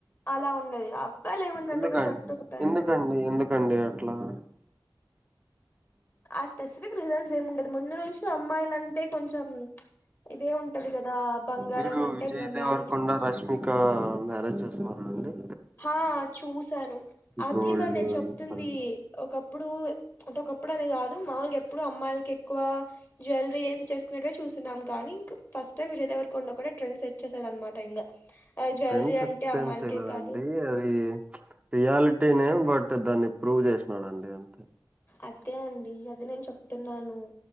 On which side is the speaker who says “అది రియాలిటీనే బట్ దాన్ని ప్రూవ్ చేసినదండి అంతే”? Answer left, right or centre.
Right